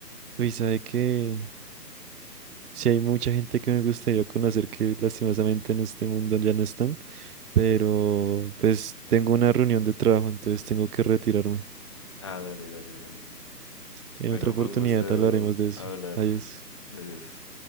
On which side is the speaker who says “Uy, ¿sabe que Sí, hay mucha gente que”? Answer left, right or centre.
Right